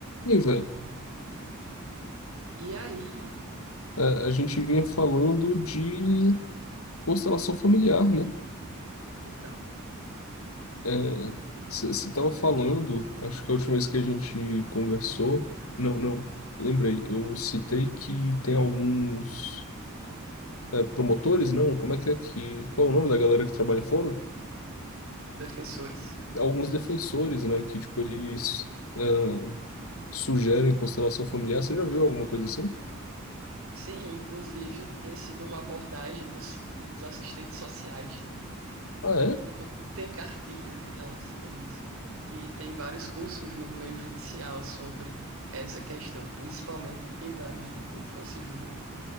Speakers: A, on the left; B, on the right.
A: E, velho,
B: E aí,
A: a, a gente vinha falando de constelação familiar, né?
B: então,
A: É, você estava falando, acho que a última vez que a gente conversou, não, não, lembrei, eu citei que tem alguns é, promotores, não, como é que é que, qual é o nome da galera que trabalha em fórum?
B: defensores
A: Alguns
B: públicos.
A: defensores, né, que, tipo, eles ah, sugerem constelação familiar, você já viu alguma coisa assim?
B: Sim, inclusive tem sido uma abordagem dos, dos assistentes sociais também.
A: Ah, é?
B: Tipo, tem cartilhas em relação a isso. E tem vários cursos no meio judicial sobre essa questão, principalmente em várias de infância e juventude.